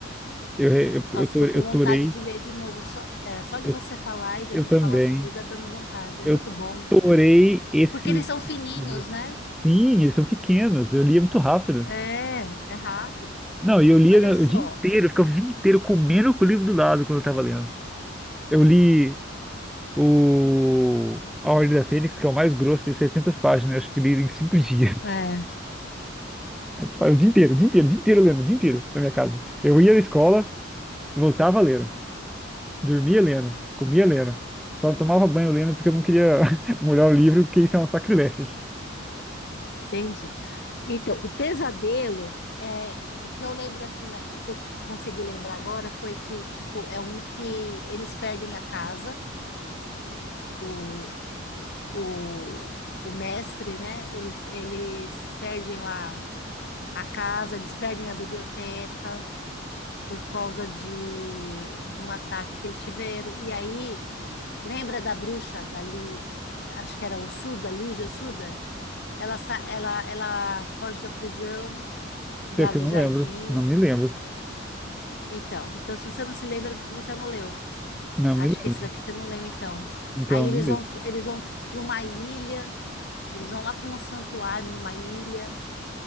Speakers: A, in the centre; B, on the left.
A: Eu, re- eu,
B: Nossa,
A: eu, to-
B: tô
A: eu
B: com vontade
A: torei,
B: de ler de novo, só, é, só de
A: eu,
B: você falar e da
A: eu
B: gente
A: também,
B: falar sobre ele, dá dando vontade. É
A: eu
B: muito bom,
A: torei esse,
B: porque eles são fininhos,
A: esse livro.
B: né?
A: Sim, eles são pequenos, eu lia muito rápido.
B: É, é rápido.
A: Não, e eu lia
B: Olha
A: né,
B: só,
A: o dia inteiro, eu ficava o dia inteiro comendo com o livro do lado quando eu tava lendo. Eu li o A Ordem da Fênix, que é o mais grosso, tem 700 páginas, acho que li em 5 dias. <laughs>
B: É.
A: O dia inteiro, o dia inteiro, o dia inteiro lendo, o dia inteiro na minha casa. Eu ia na escola, voltava lendo, dormia lendo, comia lendo. Só não tomava banho lendo porque eu não queria <laughs> molhar o livro, porque isso é um sacrilégio.
B: entende? Então, o pesadelo é o que eu lembro assim, mas- o que eu consegui lembrar agora foi que, tipo, é um que eles perdem a casa, o, o, o mestre, né? Eles, eles perdem lá a casa, eles perdem a biblioteca por causa de, de um ataque que eles tiveram. E aí, lembra da bruxa, da Li, acho que era Ossuda, Lígia Ossuda? Ela, sa- ela, ela foge da prisão, lá
A: Pior que
B: do
A: eu não
B: jardim.
A: lembro, não me lembro,
B: Então, então, se você não se lembra, é porque você não leu.
A: não
B: Acho
A: me lembro.
B: que esse daqui você não leu, então.
A: Então,
B: Aí eles
A: não li.
B: vão, eles vão para uma ilha, eles vão lá para um santuário numa ilha,